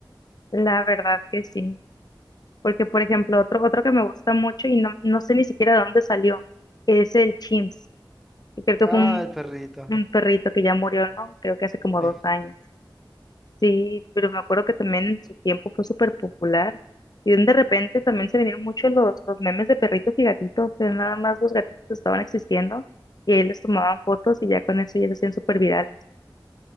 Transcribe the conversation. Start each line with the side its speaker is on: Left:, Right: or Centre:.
Left: La verdad que sí. Porque, por ejemplo, otro, otro que me gusta mucho y no, no sé ni siquiera de dónde salió, es el Chimps. Y creo que
Centre: Ah,
Left: fue un,
Centre: el perrito.
Left: un perrito que ya murió, ¿no? Creo que hace como
Centre: Sí,
Left: dos años. Sí, pero me acuerdo que también en su tiempo fue súper popular. Y de repente también se vinieron muchos los, los memes de perritos y gatitos, que nada más los gatitos estaban existiendo y ahí les tomaban fotos y ya con eso ya se hacían súper virales.